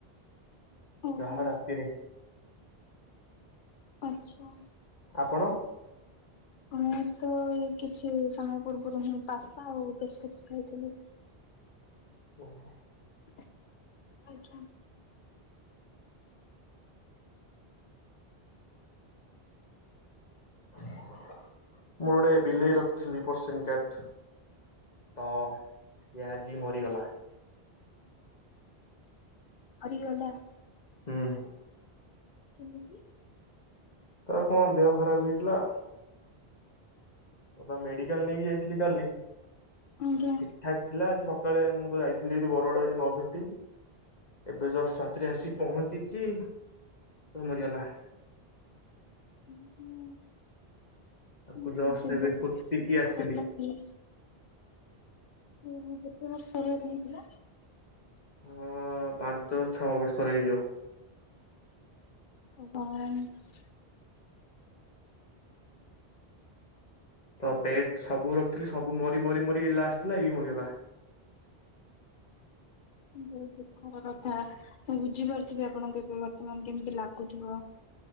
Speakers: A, on the left (about 60°); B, on the left (about 40°).
A: ଓହୋ
B: ଯାହା ରାତିରେ
A: ଆଚ୍ଛା
B: ଆପଣ?
A: ମୁଁ ତ ଏଇ କିଛି ସମୟ ପୂର୍ବରୁ ହିଁ ପାସ୍ତା ଆଉ ବିସ୍କୁଟ ଖାଇଥିଲି।
B: ଓହୋ
A: ଆଜ୍ଞା
B: ମୁର ଗୋଟେ ବିଲେଇ ରଖିଥିଲି ପର୍ସିନ୍ କ୍ୟଟ ତ ଏ ଆଜି ମରିଗଲା।
A: ଆଉ ଟିକେ <unintelligible>
B: ହୁଁ
A: କେମିତି?
B: ଆଉ କଣ ଦେହ ଖରାପ ହେଇଥିଲା ଆଉ ତାକୁ ମେଡିକାଲ ନେଇକି ଯାଇଥିଲି କାଲି।
A: ଆଜ୍ଞା
B: ଠିକ୍ ଠାକ୍ ଥିଲା ଆଜି ସକାଳେ ମୁଁ ତ ଯାଇଥିଲି ବରଗଡ ଆଜି ମାଉସୀ ଘରଟି ଏବେ ଜଷ୍ଟ ରାତିରେ ଆସି ପହଞ୍ଚିଛି <unintelligible> ମରିଗଲା
A: ହଁ ବହୁତ
B: ତାକୁ ଜଷ୍ଟ ଏବେ ପୋତିକି
A: ଭଲ
B: ଆସିଲି
A: ଉଁ ହୁଁ କେତେ ବର୍ଷର ହେଇଥିଲା?
B: ଉଁ ପାଞ୍ଚ ଛଅ ବର୍ଷର ହେଇଯିବ।
A: ଉଁ <unintelligible>
B: ତ ପେଟ ସବୁ ରଖିଥିଲି ସବୁ ମରି ମରି ମରି ଏଇ ଲାଷ୍ଟ ଥିଲା ଏଇ ମରିଗଲା।
A: ବହୁତ ଦୁଃଖର କଥା ମୁଁ ବୁଝିପାରୁଥିବି ଆପଣଙ୍କୁ ଏବେ ବର୍ତ୍ତମାନ କେମିତି ଲାଗୁଥିବ।